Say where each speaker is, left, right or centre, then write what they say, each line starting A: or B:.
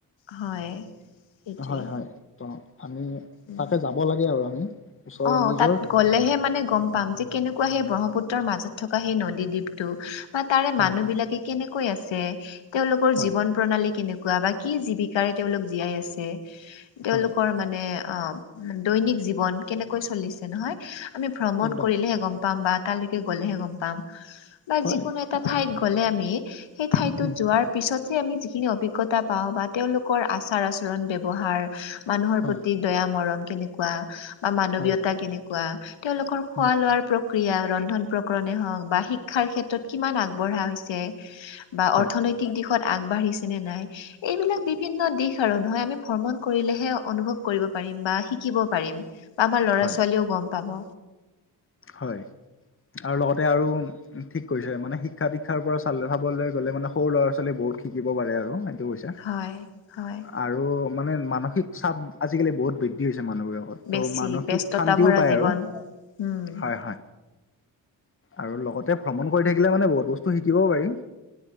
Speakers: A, on the left (about 65°); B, on the left (about 25°).
A: হয় সেইটোৱে
B: হয় হয় ত আমি
A: উম
B: তাকে যাব লাগে আৰু আমি ওচৰৰ
A: অ
B: নিজৰ
A: তাত গ'লেহে মানে গম পাম যে কেনেকুৱা সেই ব্ৰহ্মপুত্ৰৰ মাজত থকা সেই নদীদ্বীপটো বা তাৰে
B: হয়
A: মানুহ
B: হয়
A: বিলাকে কেনেকৈ আছে তেওঁলোকৰ
B: হয়
A: জীৱন প্ৰণালী কেনেকুৱা বা কি জীৱিকাৰে তেওঁলোক জীয়াই আছে তেওঁলোকৰ
B: হয়
A: মানে আ দৈনিক জীৱন কেনেকৈ চলিছে নহয় আমি ভ্ৰমণ
B: একদম
A: কৰিলেহে গম পাম বাট কালেকে গ'লেহে গম পাম বা
B: হয়
A: যিকোনো এটা ঠাইত গ'লে আমি সেই ঠাইটোত
B: উম,
A: যোৱাৰ পিছতহে আমি যিখিনি অভিজ্ঞতাত পাওঁ বা তেওঁলোকৰ আচাৰ আচৰণ ব্যৱহাৰ মানুহৰ
B: হয়
A: প্ৰতি দয়া মৰম কেনেকুৱা বা মানৱীয়তা
B: হয়
A: কেনেকুৱা তেওঁলোকৰ খোৱা
B: উম,
A: লোৱাৰ প্ৰ ক্ৰিয়া ৰন্ধন প্ৰকৰণে হওক বা শিক্ষাৰ ক্ষেত্ৰত কিমান আগবঢ়া হৈছে বা
B: হয়
A: অৰ্থনৈতিক দিশত আগবাঢ়িছে নে নাই এইবিলাক বিভিন্ন দিশ আৰু নহয় আমি ভ্ৰমণ কৰিলেহে অনুভৱ কৰিব পাৰিম বা শিকিব পাৰিম বা আমাৰ ল'ৰা
B: হয়
A: ছোৱালীও গম পাব
B: হয় আৰু লগতে আৰু উম ঠিক কৈছা মানে শিক্ষা দীক্ষাৰ পৰা চালে চাবলৈ গ'লে মানে সৰু ল'ৰা ছোৱালী বহুত শিকিব পাৰে আৰু সেইটো কৈছো
A: হয় হয়
B: আৰু মানে মানসিক চাপ আজিকালি বহুত বৃদ্ধি হৈছে মানুহবোৰক
A: বেছি
B: ত মানসিক
A: ব্যস্ততা
B: শান্তিও
A: ভৰা
B: পায়
A: জীৱন
B: আৰু
A: উম
B: হয় হয় আৰু লগতে ভ্ৰমণ কৰি থাকিলে মানে বহুত বস্তু শিকিবও পাৰি